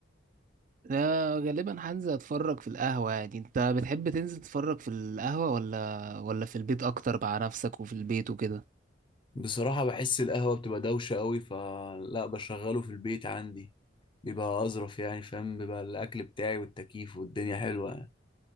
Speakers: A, on the right (about 45°); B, on the left (about 25°).
A: لا غالبا هنزل اتفرج في القهوه يعني انت بتحب تنزل تتفرج في القهوه ولا ولا في البيت اكتر مع نفسك وفي البيت وكده
B: بصراحة بحس القهوة بتبقى دوشة قوي فلا بشغله في البيت عندي بيبقى اظرف يعني فاهم بيبقى الاكل بتاعي والتكييف والدنيا حلوة يعني